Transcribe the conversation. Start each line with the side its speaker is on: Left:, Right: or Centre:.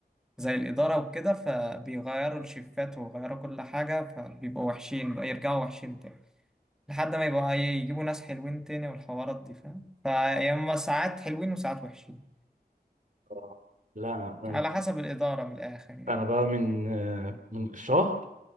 Centre: زي الإدارة وكده فبيغيروا الشيفات ويغيروا كل حاجة فبيبقوا وحشين بقى يرجعوا وحشين تاني لحد ما يبقى يجيبوا ناس حلوين تاني والحوارات دي فاهم فيا إما ساعات حلوين وساعات وحشين
Right: آه. لا انا
Centre: على حسب الإدارة من الآخر يعني
Right: انا بقى من آه، من شهر